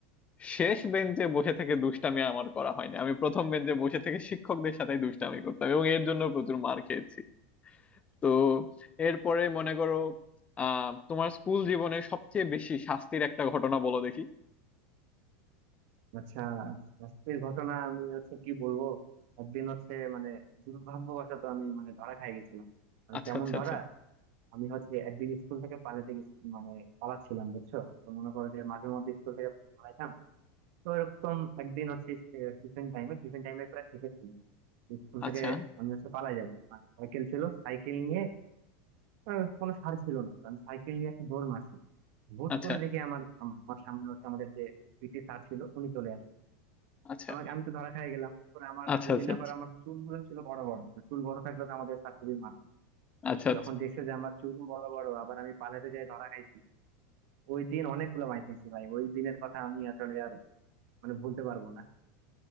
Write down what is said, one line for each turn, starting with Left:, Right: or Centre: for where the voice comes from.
Left: শেষ বেঞ্চে বসে থেকে দুষ্টামি আমার করা হয়নি আমি প্রথম বেঞ্চে বসে থেকে শিক্ষকদের সাথে দুষ্টামি করতাম এবং এর জন্য প্রচুর মার খেয়েছি তো এরপরে মনে করো আহ তোমার স্কুল জীবনে সবচেয়ে বেশি শাস্তির একটা ঘটনা বলো দেখি
Right: আচ্ছা শাস্তির ঘটনা আমি হচ্ছে কি বলবো একদিন হচ্ছে মানে দুর্ভাগ্যবশত আমি মানে ধরা খাই গেছিলাম মানে
Left: আচ্ছা
Right: কেমন
Left: আচ্ছা
Right: ধরা
Left: আচ্ছা
Right: আমি হচ্ছে একদিন স্কুল থেকে পালাতে গেছি- মানে পালাচ্ছিলাম বুঝছো তো মনে করো যে মাঝে মধ্যে স্কুল থেকে পালাইতাম তো এরকম একদিন হচ্ছে টিফিন টাইমে টিফিন টাইমে প্রায় শিখেছি স্কুল
Left: আচ্ছা
Right: থেকে আমি হচ্ছে পালাই যাবো আর সাইকেল ছিল সাইকেল নিয়ে আহ, কোনো সার ছিল না তো আমি সাইকেল নিয়ে একটা দৌড় মারছি হুট
Left: আচ্ছা
Right: করে দেখি আমার আমার সামনে হচ্ছে আমাদের যে পিটি স্যার ছিল উনি চলে আসে
Left: আচ্ছা
Right: আমাকে আমি তো ধরা খেয়ে গেলাম পরে আমার
Left: আচ্ছা
Right: ওই
Left: আচ্ছা
Right: দিন আবার আমার চুলগুলো ছিল বড় বড় তো চুল বড় থাকলে তো আমাদের স্যার খুবই মারতো
Left: আচ্ছা
Right: তো
Left: আচ্ছা
Right: যখন দেখছে যে আমার চুল বড় বড় আবার আমি পালাতে যাই ধরা খাইছি ওই দিন অনেকগুলো মাইর খেয়েছি ভাই ওই দিনের কথা আমি আসলে আর মানে ভুলতে পারবো না